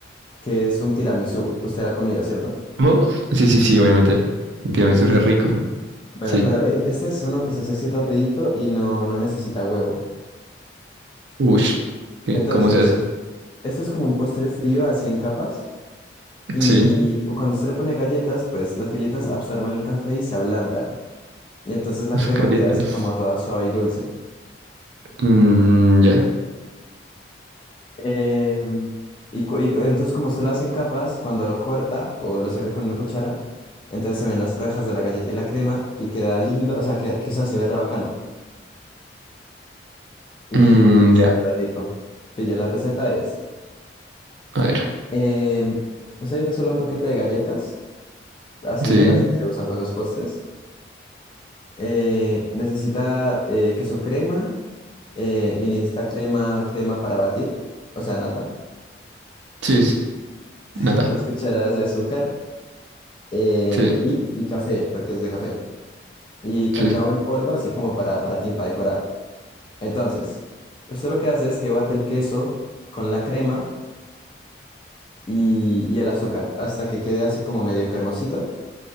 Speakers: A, on the left; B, on the right.
A: que es un tiramisú. Usted ha comido, ¿cierto?
B: ¿muff? Sí, sí, sí, obviamente. Un Tiramisú
A: Sí,
B: es
A: sí, sí.
B: rico.
A: Bueno,
B: Sí.
A: pero e- este es uno que se hace así rapidito y no, no necesita huevo.
B: Ush. ¿Qué?
A: Entonces,
B: ¿Cómo se hace?
A: esto es como un postre frío así en capas y
B: Sí,
A: cuando usted le pone galletas, pues las galletas absorben el café y se ablandan. Y entonces la
B: las
A: crema
B: galletas.
A: queda así como toda suave y dulce.
B: Mm, ya.
A: Eh, y, cu- y cu- entonces como usted lo hace en capas, cuando lo corta o lo saca con una cuchara, entonces se ven las franjas de la galleta y la crema y queda lindo, o sea, que, que o sea, se ve re bacano y,
B: Mm,
A: y sabe
B: ya.
A: re rico. Pillé la receta es,
B: A ver.
A: em, usted necesita solo un paquete de galletas, así
B: Sí,
A: de las que se usan para esos postres. Eh, necesita eh, queso crema eh, y necesita crema, crema para batir, o sea, nata,
B: sí, sí.
A: <laughs>
B: Nata.
A: tres cucharadas de azúcar eh,
B: Sí.
A: y, y café, porque es de café. y cacao
B: Sí.
A: en polvo, así como para, para ti, para decorar. Entonces, usted lo que hace es que bate el queso con la crema y, y el azúcar hasta que quede así como medio cremosito.